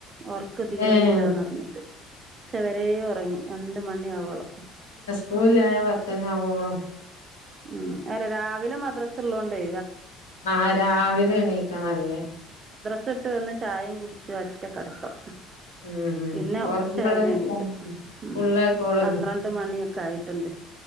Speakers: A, on the right; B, on the left.
A: ഒർക്ക് തീരണില്ലന്ന്റിഞ്ഞിട്ട്
B: ഏഹ്
A: ഉച്ച വരെേ ഒറങ്ങി രണ്ട് മണി ആവോളം
B: പോവ് ല്ലാ ന്നാ പത്തണിയാവോളും
A: ഉം അല്ല രാവിലെ മദ്രസ് ള്ളോണ്ടേ
B: ആഹ് രാവിലെ എണീക്കണല്ലല്ലേ
A: സട്ട് വന്ന് ചായയും കുടിച്ച് ഒറ്റ കടത്തം
B: ഉം ഉം
A: പിന്നെ
B: ഒറക്കല്
A: ഉച്ചയണേണിലും ഉം
B: ഫുള്ളായിക്കോളല്ലോ
A: പന്ത്രണ്ട് മണിയൊക്കെ ആയിട്ടുണ്ട്